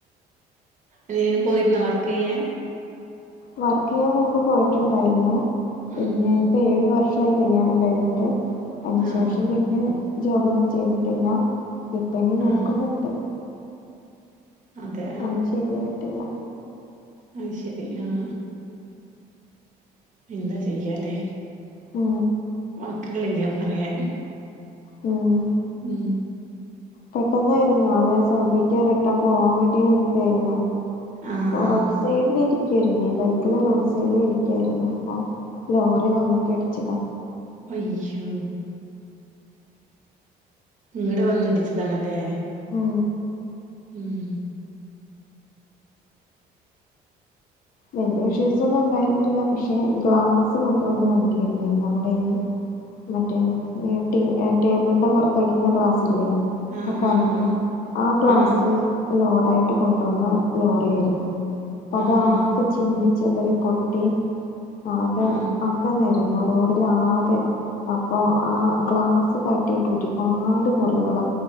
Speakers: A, on the right (about 45°); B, on the left (about 55°).
A: എവടേലും പോയിരുന്നോ വർക്ക് ചെയ്യാൻ
B: വർക്ക് ചെയ്യാൻ മുമ്പ് പോയിട്ടുണ്ടാരുന്നു. പിന്നെ
A: ഉം ഉം
B: ഇപ്പ ഏഴു വർഷ യായി കല്യാണം കഴിഞ്ഞിട്ട്. അതിന്
A: ആഹ്
B: ശേഷം
A: ആഹ്
B: പിന്നെ ജോബൊന്നും ചെയ്തിട്ടില്ല. ഇപ്പനി നോക്കുന്നണ്ട്.
A: ആഹ് അതെ
B: ഒന്നും ശെരിയായിട്ടില്ല.
A: അഹ് ശെരി ആ ആ എന്താ ചെയ്യാലേ.
B: ഓ
A: വാക്കുകളില്ലാ പറയാൻ.
B: ഉം
A: മം
B: പെട്ടെന്നായിരുന്നോ. ആള് സൗദിക്ക് റിട്ടേൺ പോവാൻ വേണ്ടി നിക്കുവായിരുന്നു. <unintelligible>
A: ആഹ് ആഹ്
B: റോഡ് സൈഡിയിരി ക്കാരുന്നു. ബൈക്കില് റോഡ് സൈഡിൽ ഇരിക്കാരുന്നു. ആ ലോറി വന്നിട്ട് ഇടിച്ചതാ.
A: അയ്യോ ഇങ്ങട് വന്ന് ഇടിച്ചതാണല്ലേ.
B: ഓ
A: മം
B: വേറെ വിഷ്വൽസൊന്നും ഉണ്ടായിരുന്നില്ല. പക്ഷെ ഗ്ലാസ് കൊണ്ടുവന്ന് വണ്ടിയാരുന്ന് നമ്മുടെ മറ്റേ ടേ ടേബിളിന്റെ പൊറത്തിടുന്ന ഗ്ലാസ്സില്ലേ.
A: ആഹ്
B: ആ കനഉള്ളെ
A: ആഹ് ആഹ്
B: ആ ഗ്ലാസ്സ്
A: ആഹ്
B: ലോഡായിട്ട് കൊണ്ടുവന്ന ലോറിയയിരുന്നു. അത്
A: ആഹ്
B: ആ
A: ആഹ്
B: ചിന്നി ചെതറി പൊട്ടി ആകെ
A: ആഹ്
B: ആക്ക നെ ന്നു. റോഡിലാകെ അപ്പോ ആഹ് ഗ്ലാസ് തട്ടിട്ട് ഒരുപാട് മുറികള്